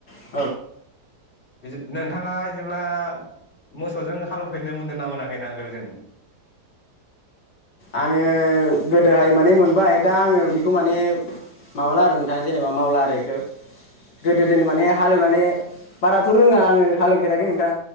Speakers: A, on the left; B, on the left.
A: औ
B: बिदिनो <inaudible> नोंथांआ जेब्ला मोसौ जों हालौवफेरनो मोनदों ना मोनाखै नांगोल जों
A: आंङो गोदोहाइ मानि मोनबाय दा आंङो बेखौ माने माबाला आरो नोंथां जेनेबा मावला आरो इखौ गोदो दोन माने हालेवनानै बाराथ' रोंङा आंङो हालेवफेराखै नोंथां